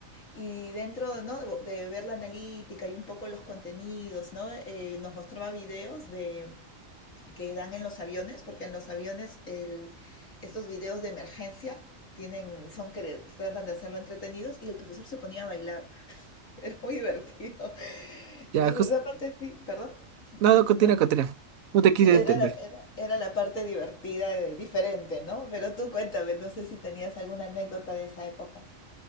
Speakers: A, on the left; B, on the right.
A: Y dentro ¿no? de, de ver la analítica y un poco los contenidos, ¿no? Eh, nos mostraba videos de que dan en los aviones, porque en los aviones el- estos videos de emergencia tienen, son que tratan de hacerlo entretenidos y el profesor se ponía a bailar. <laughs> Era muy divertido.
B: Ya,
A: Entonces,
B: jus-
A: esa parte sí, perdón,
B: No,
A: continúa.
B: no, continúa, continúa. No te quiero
A: Sí, era
B: interrumpir.
A: la, era, era la parte divertida, eh, diferente, ¿no? Pero tú cuéntame, no sé si tenías alguna anécdota de esa época.